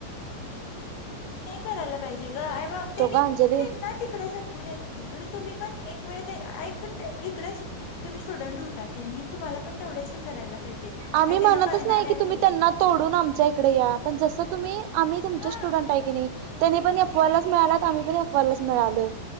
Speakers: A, on the left; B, on the right.
A: असं नाही करायला पाहिजे गं हे बघ त्यांनी
B: ग अंजली
A: त्यांना तिकडे जपू द्यात की, खरं तुम्ही पण एक एक वेळ ते ऐकटे इकडेच तुम्ही स्टुडंट होता तेनी तुम्हाला पण तेवढंच हे करायला पाहिजेत
B: आम्ही
A: काही त्यांना
B: म्हणतच
A: कळणार
B: नाही
A: आहे
B: की तुम्ही
A: लगेच
B: त्यांना तोडून आमच्या इकडे या, पण जसं तुम्ही आम्ही तुमचे
A: हा
B: स्टुडंट
A: हा
B: आहे की नाही, त्यांनी पण एफ वायलाच मिळालात आम्ही पण एफ वायलाच मिळालोय.